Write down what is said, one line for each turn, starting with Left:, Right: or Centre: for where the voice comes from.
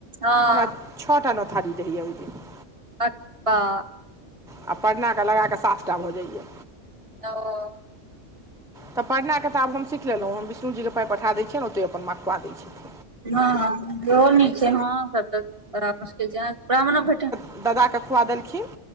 Right: हँ
Centre: हमरा छओटा नौथारी दैए ओहि दिन
Right: <inaudible>
Centre: आ परनाे लगा कऽ सात टा भऽ जाइयए
Right: ओ
Centre: तऽ परना के आब हम सीख लेलहुँ हम विष्णु जीके पाय पठा दै छियनि ओतहि अपन माँ खोआ दैत छथि
Right: हँँ इहो नीक छै हँ सब तऽ बड़ा मुश्किल छै ब्राह्मण भैठ
Centre: ददाके खुआ देलखिन